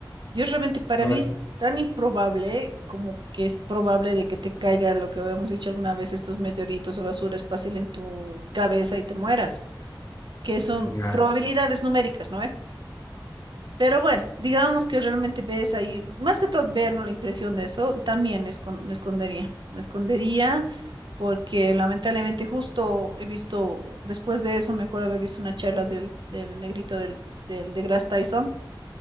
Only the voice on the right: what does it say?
Yo realmente para
mí
es tan improbable como que es probable de que te caiga lo que habíamos dicho alguna vez, estos meteoritos o basura espacial en tu cabeza y te mueras, que son
probabilidades numéricas, ¿no? ve? Pero bueno, digamos que realmente ves ahí, más que todo ver, ¿no? La impresión de eso, también escon- me escondería, me escondería porque lamentablemente justo he visto, después de eso me acuerdo haber visto una charla del, del negrito del, del de deGrasse Tyson